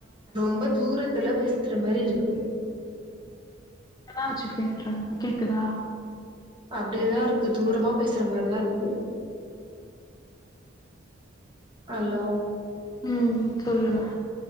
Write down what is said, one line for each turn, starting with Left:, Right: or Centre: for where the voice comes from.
Right: ரொம்ப தூரத்துல பேசுற மாரி இருக்கு
Left: தா வெச்சு பேசுறே கேக்குதா
Right: அப்டியேதாருக்கு தூரமா பேசுற மாரிதா இருக்கு ஹலோ
Left: ம் சொல்லுங்